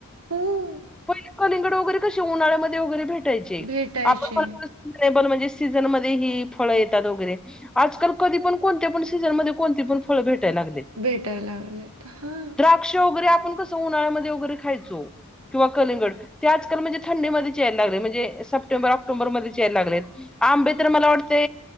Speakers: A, on the right; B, in the centre.
A: हम्म
B: पहि कलिंगड वगैरे कसे उन्हाळ्यामध्ये वगैरे भेटायचे
A: भेटायचे
B: आपण म्हणजे. सीझन मधे ही फळ येतात वगैरे. आजकाल कधी पण कोणत्या पण सीजनमध्ये कोणती पण फळ भेटाय लागले.
A: भेटाय लावल्यात हा.
B: क्ष वगैरे आपण कसं उन्हाळ्यामध्ये वगैरे खायचो किंवा कलिंगड ते आजकाल म्हणजे थंडीमध्ये चेयला लागले म्हणजे सप्टेंबर ऑक्टोबरमध्ये चेयला लागलेत. आंबे तर मला वाटते.